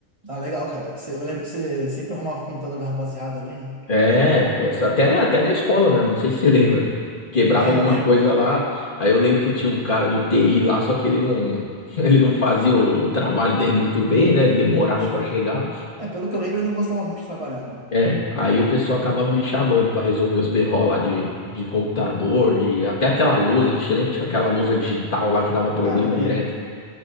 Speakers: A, on the right; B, on the left.
A: Ah, legal, cara. Você- eu lembro que você sempre arrumava o computador da rapaziada ali, né?
B: É, pô, isso até, até da escola mesmo, não sei se você <laughs> lembra. Quebrava
A: É,
B: alguma
A: eu lembro.
B: coisa lá. Aí eu lembro que tinha um cara do TI lá, só que ele não, <laughs> ele não fazia o, o trabalho dele muito bem, né? Ele demorava
A: Acho
B: para
A: que.
B: chegar.
A: É, pelo que eu lembro, ele não gostava muito de trabalhar, né?
B: É, aí o pessoal acabava me chamando pra resolver os BO lá de, de computador, de até aquela lousa, a gente lembra que tinha aquela lousa digital lá que dava problema
A: Cara, eu lembro.
B: direto.